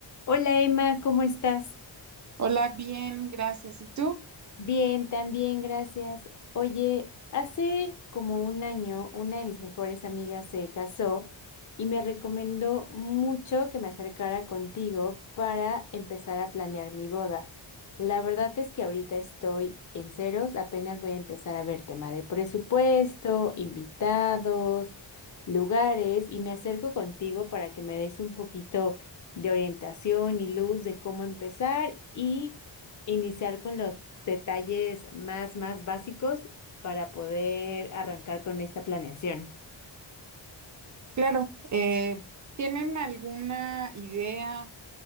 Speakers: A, on the left (about 40°); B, on the right (about 40°).
A: Hola Emma, ¿cómo estás?
B: Hola, bien, gracias. ¿Y tú?
A: Bien, también, gracias. Oye, hace como un año una de mis mejores amigas se casó y me recomendó mucho que me acercara contigo para empezar a planear mi boda. La verdad es que ahorita estoy en ceros, apenas voy a empezar a ver tema de presupuesto, invitados, lugares y me acerco contigo para que me des un poquito de orientación y luz de cómo empezar y iniciar con los detalles más, más básicos para poder arrancar con esta planeación.
B: Claro, eh, ¿tienen alguna idea,